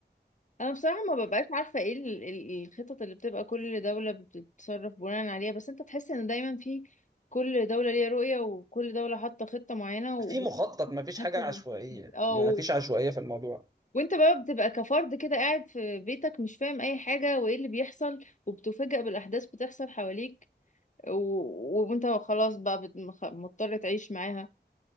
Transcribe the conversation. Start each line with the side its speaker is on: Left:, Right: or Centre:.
Left: انا بصراحه ما ببقاش عارفه ايه ال- ال- الخطط اللي بتبقى كل دوله بتتصرف بناء عليها بس انت تحس ان دايما في كل دوله ليها رؤيه وكل دوله حاطه خطه معينه
Right: <laughs>
Left: وبتنفذ
Right: في مخطط ما فيش حاجة عشوائية
Left: الخطه دي اه
Right: ما
Left: و-
Right: فيش عشوائية في الموضوع
Left: وانت بقى بتبقى كفرد كده قاعد في بيتك مش فاهم اي حاجه وايه اللي بيحصل وبتفاجأ بالاحداث بتحصل حواليك و... وانت خلاص بقى بت... مخ- مضطر تعيش معاها